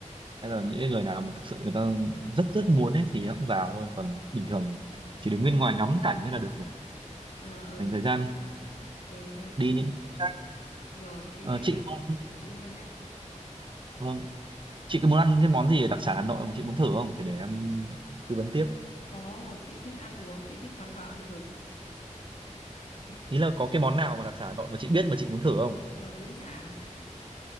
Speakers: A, on the right; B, on the left.
A: hay là những cái người nào mà thực sự người ta rất rất muốn ấy thì họ cũng vào thôi còn bình thường thì chỉ đứng bên ngoài ngắm cảnh thế là được rồi
B: À ừ
A: dành thời gian
B: ok. Ừ ha.
A: đi những chỗ khác
B: rồi chị
A: Ờ,
B: sẽ
A: chị
B: cân
A: có muốn
B: chị sẽ cân nhắc
A: vâng, chị có muốn ăn cái món gì ở đặc sản Hà Nội mà chị muốn thử không thì để em tư vấn tiếp
B: có chị thích ăn uống chị thích khám phá ẩm thực
A: ý là có cái món nào mà đặc sản Hà Nội mà chị biết mà chị muốn thử không
B: Ờ, bún chả à?